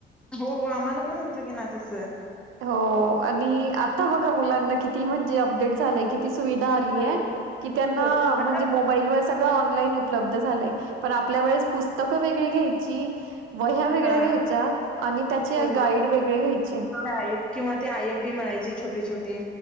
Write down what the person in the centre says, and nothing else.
हो आम्हाला पण होतं की ना तसं.
चालेल.
होय, होय. आता
हां.
होय,
होय.
डाएट किंवा ते आय एम पी म्हणायचे छोटे-छोटे.